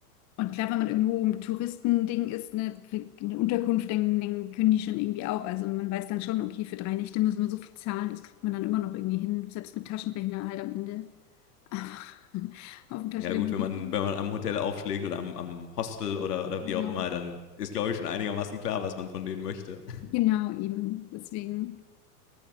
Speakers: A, on the left; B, on the left.
A: Und klar, wenn man irgendwo im Touristending ist, eine, eine Unterkunft, dann, dann können die schon irgendwie auch. Also man weiß dann schon, okay, für drei Nächte müssen wir so viel zahlen, das kriegt man dann immer noch irgendwie hin, selbst mit Taschenrechner halt am Ende. Aber <laughs> auf dem Taschenrechner
B: Ja gut, wenn
A: gibt's
B: man,
A: nicht.
B: wenn man am Hotel aufschlägt oder am, am Hostel oder, oder
A: Ja,
B: wie auch immer, dann ist, glaube ich, schon einigermaßen klar, was man von denen möchte.
A: Genau, eben. Deswegen,